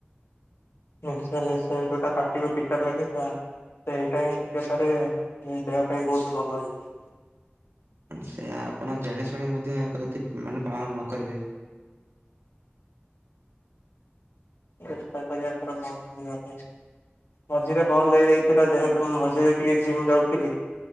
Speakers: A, on the left; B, on the right.
A: ନିଶ୍ଚୟ ନିଶ୍ଚୟ ଯୋଉଟା ପାଟିିକୁ ପିତା ଲାଗେ ସେଟା ସେଇଟା ହିଁ ସତ୍ୟତାରେ ହିଁ ଦେହ ପାଇଁ ବହୁତ ଭଲ ହେଇଥାଏ।
B: ସେ ଆପଣ ଜାଣି ଶୁଣି ମଧ୍ୟ ୟାକୁ ଯଦି ମାନେ ପାଳନ ନ କରିବେ।
A: ଚେଷ୍ଟା କରିବା ଏଥର ବନ୍ଦ କରିବା ପାଇଁ ମଝିରେ ବନ୍ଦ ହେଇଯାଇଥିଲା ଯେହେତୁ ମୁଁ ମଝିରେ ଟିକେ ଜିମ୍ ଯାଉଥିଲି